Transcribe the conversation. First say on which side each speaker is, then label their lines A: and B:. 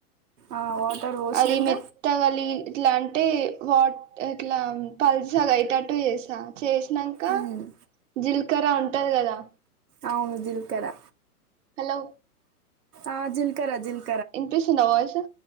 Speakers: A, on the right; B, on the right.
A: ఆ వాటర్ పోసినాక
B: అది మెత్తగ లి ఇట్లా అంటే వాట్ ఎట్లా పల్సగేటట్టు చేసా చేసినాక
A: ఉమ్.
B: జీలకర్ర ఉంటది కదా
A: అవును జీలకర్ర
B: హలో
A: ఆ జీలకర్ర జీలకర్ర
B: వినిపిస్తుందా వయసు